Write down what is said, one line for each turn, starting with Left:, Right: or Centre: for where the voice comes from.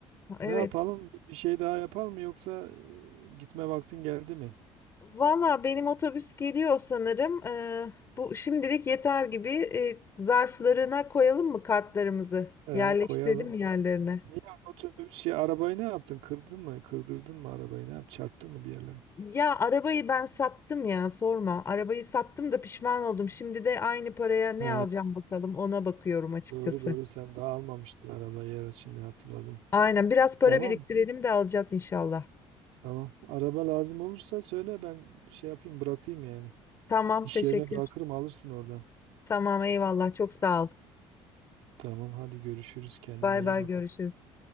Left: Evet.
Right: Ne yapalım? Bir şey daha yapalım mı yoksa e, gitme vaktin geldi mi?
Left: Valla benim otobüs geliyor sanırım. Ee, bu şimdilik yeter gibi Ee, zarflarına koyalım mı kartlarımızı?
Right: Ee,
Left: Yerleştirelim
Right: koyalım.
Left: yerlerine?
Right: Niye otobüs ya arabayı ne yaptın? Kırdın mı? Kırdırdın mı arabayı? Ne yap? Çarptın mı bir yerlere?
Left: Ya arabayı ben sattım ya sorma. Arabayı sattım da pişman oldum. Şimdi de aynı paraya ne
Right: He,
Left: alacağım bakalım ona bakıyorum açıkçası.
Right: doğru doğru sen daha almamıştın arabayı. Evet şimdi hatırladım.
Left: Aynen biraz para
Right: Tamam.
Left: biriktirelim de alacağız inşallah.
Right: Tamam. Araba lazım olursa söyle ben şey yapayım bırakayım yani.
Left: Tamam
Right: İş
Left: teşekkür.
Right: yerine bırakırım alırsın oradan.
Left: Tamam eyvallah çok sağ ol.
Right: Tamam hadi görüşürüz. Kendine
Left: Bay
Right: iyi
Left: bay
Right: bak.
Left: görüşürüz.